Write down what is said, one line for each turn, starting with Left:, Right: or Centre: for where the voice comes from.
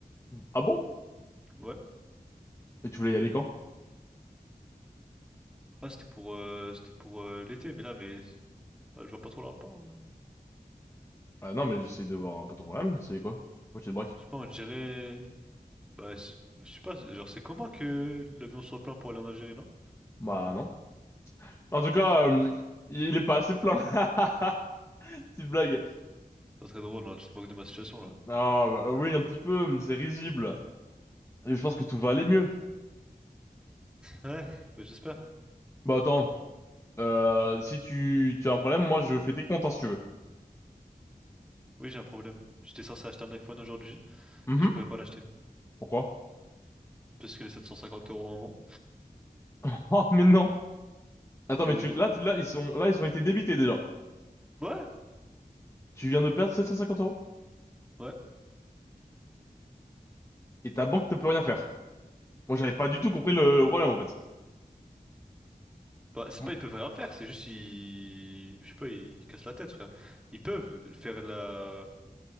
Left: Ah bon?
Centre: Ouais,
Left: Et tu voulais y aller quand?
Centre: ah, c'était pour, euh, c'était pour euh, l'été, mais là, mais, ah, je vois pas trop le rapport. euh.
Left: Ah non, mais j'essaie de voir un peu ton problème. C'est quoi? Pourquoi tu te braques?
Centre: Je sais pas, on dirait, bah, c'est- je sais pas, c'est- genre, c'est comment que l'avion soit plein pour aller en Algérie, non?
Left: Bah non. En tout cas, euh, il est pas assez plein. <laughs> Petite blague.
Centre: Pas très drôle, là, je te moque de ma situation, là.
Left: Non, bah, euh, oui, un petit peu, mais c'est risible. Et je pense que tout va aller mieux.
Centre: Ouais, bah j'espère.
Left: Bah attends, euh, si tu, tu as un problème, moi je fais tes comptes hein, si tu veux.
Centre: Oui, j'ai un problème. J'étais censé acheter un iPhone aujourd'hui
Left: Mhm.
Centre: et je pouvais pas l'acheter.
Left: Pourquoi?
Centre: Parce que les 750 euros en moins.
Left: <laughs> Oh, mais non. Attends,
Centre: Et
Left: mais
Centre: oui.
Left: tu, là, tu- là, ils sont, là, ils ont été débités déjà.
Centre: Ouais,
Left: Tu viens de perdre 750 euros
Centre: ouais.
Left: et ta banque ne peut rien faire. Moi, j'avais pas du tout compris le, le problème en fait.
Centre: Bah, c'est
Left: Mm.
Centre: pas ils peuvent rien faire, c'est juste ils. Je sais pas, ils cassent la tête, frère. Ils peuvent faire la